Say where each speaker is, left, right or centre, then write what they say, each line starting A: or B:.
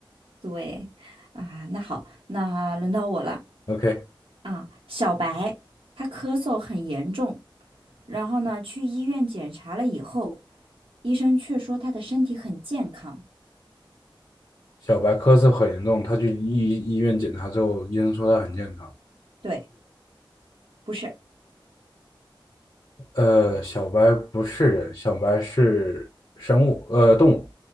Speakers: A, on the right (about 85°); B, on the left (about 55°).
A: 对，啊，那好，那轮到我了
B: OK，
A: 啊。小白，他咳嗽很严重，然后呢，去医院检查了以后，医生却说他的身体很健康。
B: 小白咳嗽很严重，他去医医院检查之后，医生说他很健康。
A: 对，不是，
B: 呃，小白不是人，小白是生物，呃，动物。